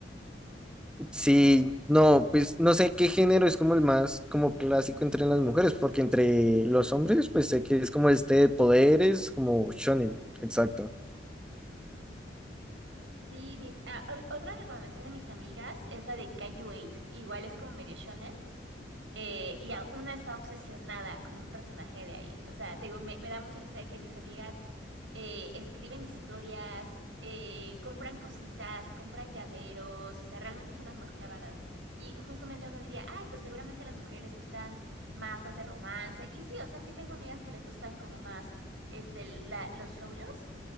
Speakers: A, in the centre; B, on the right (about 85°).
A: Sí, no, pues no sé qué género es como el más como clásico entre las mujeres, porque entre los hombres, pues sé que es como este de poderes, como shonen, exacto.
B: Sí, mis, ah, o- otra recomendación de mis amigas es la de Kaiju 8. Igual es como medio shonen. Eh, y a- una está obsesionada con un personaje de ahí. O sea, te digo, me, me da mucha risa de que mis amigas eh, escriben historias, eh, compran cositas, compran llaveros, o sea, realmente son las más clavadas. Y justamente uno diría, ay, pues seguramente a las mujeres les gustan más las de romance. Y sí, o sea, sí tengo amigas que les gustan como más este, la- los shoujos,